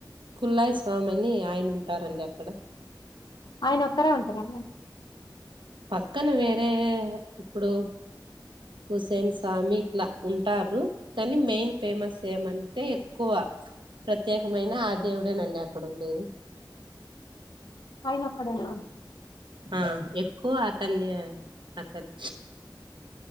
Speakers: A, on the right (about 80°); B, on the left (about 60°).
A: కుల్లాయి స్వామి అని ఆయన ఉంటారండి అక్కడ
B: ఆయన ఒక్కరే ఉంటార
A: పక్కన వేరే ఇప్పుడు హుసేన్ సామిట్ల ఉంటారు కానీ మెయిన్ ఫేమస్ ఏమం అంటే ఎక్కువ ప్రత్యేకమైన ఆ దేవుడేనండి అక్కడ ఉండేది
B: ఆయనొక్కడేనా
A: ఆ ఎక్కువ అతనే అతన్